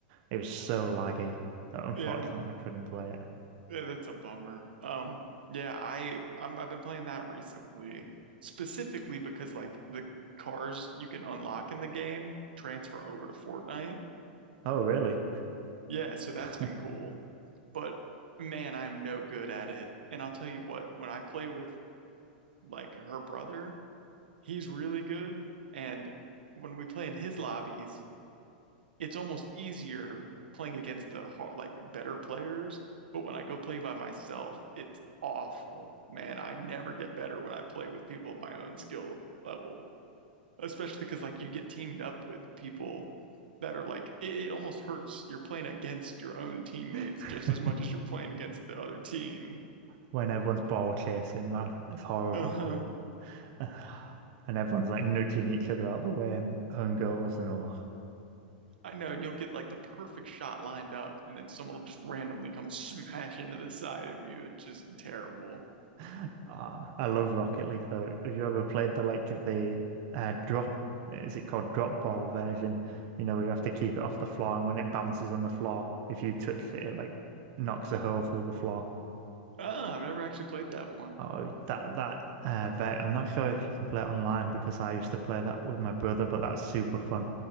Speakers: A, on the right; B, on the right.
A: it was so laggy that unfortunately
B: Yeah.
A: I couldn't play it.
B: Yeah, that's a bummer. Um, yeah, I I'm, I've been playing that recently, specifically because like the cars you can unlock in the game transfer over to Fortnite.
A: Oh, really?
B: Yeah, so that's been
A: <laughs>
B: cool. But man, I'm no good at it. And I'll tell you what, when I play with like her brother, he's really good. And when we play in his lobbies, it's almost easier playing against the hard, like better players. But when I go play by myself, it's awful. Man, I never get better when I play with people of my own skill level, especially because like you get teamed up with people that are like it, it almost hurts. You're playing against your own teammates
A: <laughs>
B: just as much as you're playing against the other team.
A: When everyone's ball chasing, man, it's horrible.
B: Uh-huh.
A: <sighs> And everyone's like nudging each other out the way and own goals and all.
B: I know, and you'll get like the perfect shot lined up, and then someone will just randomly come smash into the side of you. It's just terrible.
A: <sighs> Ah, I love Rocket League though. Have you ever played the like the uh, drop? Is it called drop ball version? You know, where you have to keep it off the floor, and when it bounces on the floor, if you touch it, it like knocks a hole through the floor.
B: Ah, I've never actually played that one.
A: Oh, that that uh, ve- I'm not sure if you can play it online because I used to play that with my brother, but that's super fun.